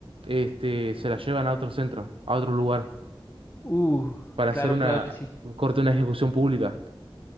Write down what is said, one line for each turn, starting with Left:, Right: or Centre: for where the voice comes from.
Right: este, se la llevan a otro centro, a otro lugar,
Left: Uh,
Right: para
Left: claro,
Right: hacer una
Left: claro que sí.
Right: corte, una ejecución pública.